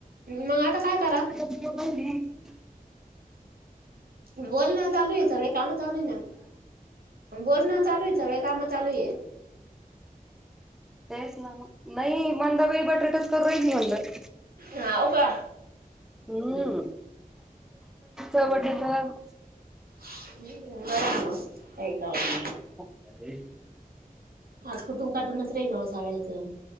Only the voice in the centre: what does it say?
<unintelligible>
तेच ना म नाई मंदाबाई बटाटच करू राहिली म्हणलं
हम्म टमाटे म्हण
<unintelligible>